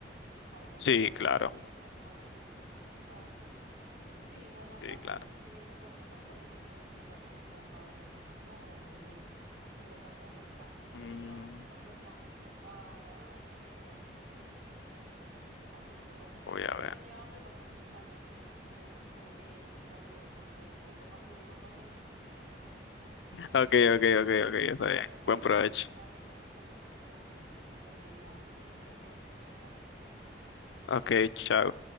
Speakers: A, on the right (about 80°); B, on the left (about 85°).
A: para merienda,
B: Sí, claro,
A: merienda, almuerzo, cena. Ah, ok. Sí, bueno, acá
B: sí, claro.
A: sí, esas tortillas por ahí quizás lo hacemos como para el desayuno o merienda, pero tampoco es tan común
B: Mm,
A: que hagamos, comemos más tostadas o galletas o esas cosas. Así que bueno,
B: voy a
A: ya
B: ver.
A: me dio hambre con nuestra charla que viene, así que me parece que me voy a ir a hacer algo de, com- de, de tomar y de comer, <laughs>
B: Ok,
A: pero
B: ok, ok, ok, está
A: Gracias
B: bien.
A: por,
B: Buen provecho.
A: por la charla y por contarme un poco de sus costumbres culinarias. Que estés bien, nos vemos.
B: Ok, chao.